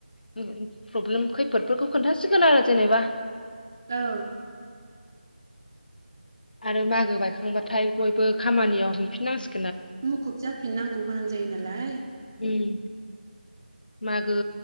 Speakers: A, on the left; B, on the right.
A: ओ प्रब्लेम खैफोदफोरखौ खोनथासिगोन आरो जेनेबा।
B: औ।
A: आरो मागो बायखांबाथाय बयबो खामानियाव हांफिननांसि
B: मुखुब जाफिन नांगौ गोनां जायो नालाय
A: ओं मागो